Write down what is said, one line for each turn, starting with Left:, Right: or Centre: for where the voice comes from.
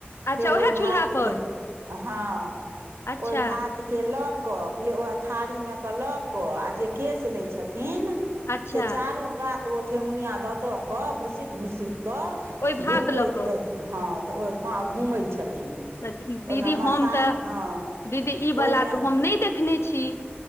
Left: अच्छा
Right: फेर
Left: उएह
Right: ओई
Left: चूल्हा
Right: भात
Left: पर
Right: के हँ
Left: अच्छा
Right: ओई भातके ल क थारी म क लक जे केश लैय छथिन थिन
Left: अच्छा
Right: से चारू कात ओ ठेहुनिया दऽ दऽ कऽ घुसिक घुसिक कऽ
Left: ओहि भात
Right: गूरकैतऽ
Left: लऽ कऽ
Right: हँ तऽ ओहि पाँ घुमै छथिन
Left: तऽ
Right: ओहिमे
Left: दीदी हम
Right: मसाल
Left: तऽ
Right: हँ
Left: दीदी ईवला
Right: ओहिमे
Left: तऽ हम नैय देखने छी